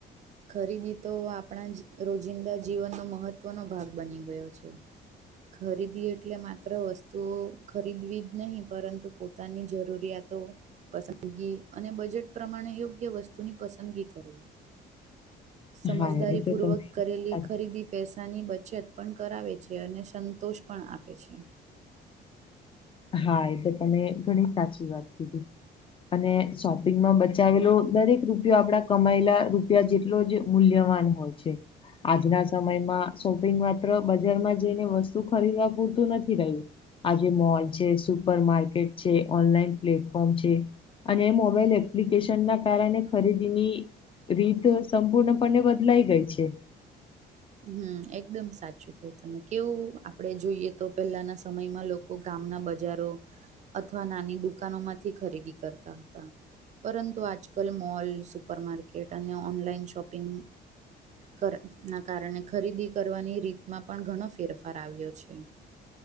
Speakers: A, on the right; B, on the left.
A: ખરીદી તો આપણા રોજિંદા જીવનનો મહત્વનો ભાગ બની ગયો છે. ખરીદી એટલે માત્ર વસ્તુઓ ખરીદવી જ નહી પરંતુ પોતાની જરૂરિયાતો પસંદગી અને બજેટ પ્રમાણે યોગ્ય વસ્તુની પસંદગી કરવી સમજદારીપૂર્વક
B: હા એ તો તમે
A: કરેલી
B: સાચી
A: ખરીદી પૈસાની બચત પણ કરાવે છે અને સંતોષ પણ આપે છે
B: હા એ તો તમે ઘણી સાચી વાત કીધી અને શોપિંગમાં બચાવેલો દરેક રૂપિયો આપડા કમાયેલા રૂપિયા જેટલો જ મૂલ્યવાન હોય છે. આજના સમયમાં શોપિંગ માત્ર બજારમાં જઈને વસ્તુ ખરીદવા પૂરતું નથી રહ્યું. આજે મોલ છે સુપર માર્કેટ છે ઓનલાઈન પ્લેટફોર્મ છે અને મોબાઈલ એપ્લિકેશન ના કારણે ખરીદીની રીત સંપૂર્ણપણે બદલાઈ ગઈ છે
A: હમ એકદમ સાચું કહ્યું તમે કેવું આપડે જોઈએ તો પહેલાના સમયમાં લોકો લોકો ગામના બજારો અથવા નાની દુકાનો માંથી ખરીદી કરતા હતા. પરંતુ આજકાલ મોલ સુપર માર્કેટ અને ઓનલાઈન શોપિંગ કર ના કારણે ખરીદી કરવાની રીતમાં પણ ઘણો ફેરફાર આવ્યો છે